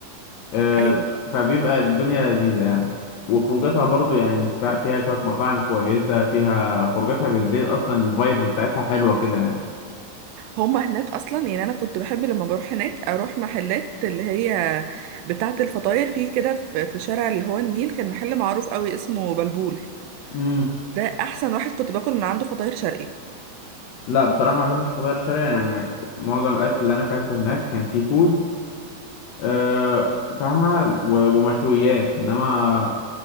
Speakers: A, on the left; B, on the right.
A: آه،
B: ايوه
A: فبيبقى الدنيا لذيذة يعني وخروجاتها برضو يعني انت فا- فيها شوية مطاعم كويسة فيها خروجاتها بالليل أصلا الفايبز بتاعتها حلوة كده يعني
B: هما هناك اصلا يعني انا كنت بحب لما بروح هناك اروح محلات اللي هي بتاعه الفطاير في كده في في شارع اللي هو النيل كان محل معروف قوي اسمه بلبول
A: امم
B: ده احسن واحد كنت باكل من عنده فطاير شرقي
A: لا بصراحة ما أكلتش فطاير شرقي يعني معظم الأكل اللي أنا أكلته هناك كان سي فود آه، فاهمة و- ومشويات إنما